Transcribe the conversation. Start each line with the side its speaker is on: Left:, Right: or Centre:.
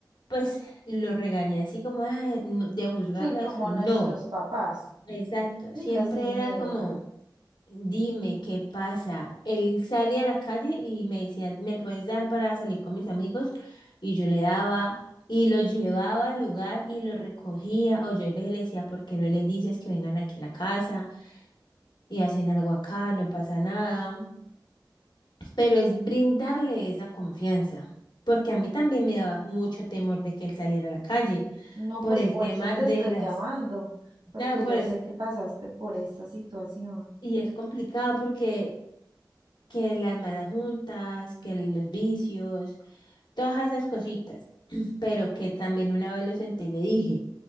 Left: pues, lo regañé así como "Ay, no", de juzgarla
Right: Sí, como
Left: eso. No,
Right: nuestros papás.
Left: exacto.
Right: Dilo
Left: Siempre
Right: sin
Left: era
Right: miedo.
Left: como, dime qué pasa. Él salía a la calle y me decía, ¿me puedes dar para salir con mis amigos? Y yo le daba. Y lo llevaba al lugar y lo recogía. O yo a veces le decía, ¿por qué no les dices que vengan aquí a la casa y hacen algo acá? No pasa nada pero es brindarle esa confianza, porque a mí también me daba mucho temor de que él saliera a la calle
Right: No,
Left: por
Right: pues
Left: el
Right: por
Left: tema
Right: eso te
Left: de
Right: estoy
Left: las,
Right: llamando, porque
Left: claro, por
Right: yo
Left: este,
Right: sé que pasaste por esta situación.
Left: y es complicado porque que las malas juntas, que los vicios, todas esas cositas, <clears throat> pero que también una vez lo senté y le dije,